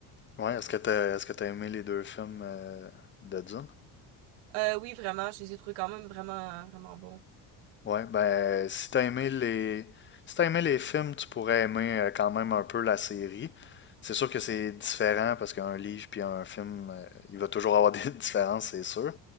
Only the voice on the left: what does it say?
Ouais, est-ce que t'as, est-ce que t'as aimé les deux films euh, de Dune?
Ouais, ben, si t'as aimé les... si t'as aimé les films, tu pourrais aimer euh, quand même un peu la série. C'est sûr que c'est différent parce qu'un livre puis un film, euh, il va toujours avoir <laughs> des différences, c'est sûr.